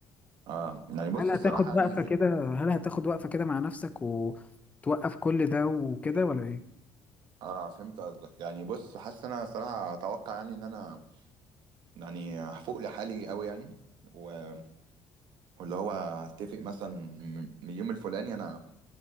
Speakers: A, on the right; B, on the left.
A: اه يعني بص
B: هل هتاخد
A: الصراحه يعني
B: وقفة كده هل هتاخد وقفة كده مع نفسك وتوقف كل ده وكده ولا ايه
A: اه فهمت قصدك يعني بص حاسس إن انا صراحه اتوقع يعني ان انا يعني هفوق لحالي قوي يعني و- واللي هو هتفق مثلا م- من اليوم الفلاني انا